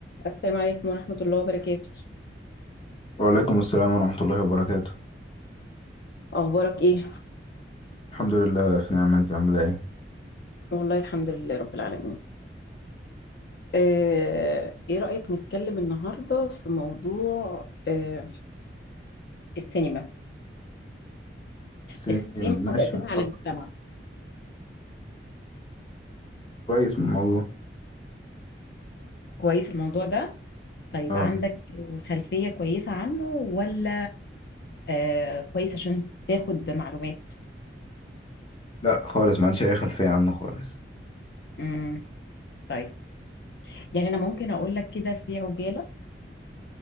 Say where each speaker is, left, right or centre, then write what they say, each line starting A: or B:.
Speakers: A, on the left; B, on the left.
A: السلام عليكم ورحمة الله وبركاته
B: وعليكم السلام ورحمة الله وبركاته
A: أخبارك إيه؟
B: الحمد لله في نعمة انت عاملة ايه
A: والله الحمد لله رب العالمين آه، إيه رأيك نتكلم النهاردة في موضوع آه، السينما
B: السنين
A: السينما
B: ماشي
A: وتأثيرها
B: مخطط
A: على المجتمع
B: كويس من الموضوع
A: كويس الموضوع ده؟ طيب
B: اه
A: عندك خلفية كويسة عنه ولا آه، كويس عشان تاخد معلومات؟
B: لا خالص ما عنديش اي خلفية عنه خالص
A: مم، طيب يعني أنا ممكن أقول لك كده في عجالة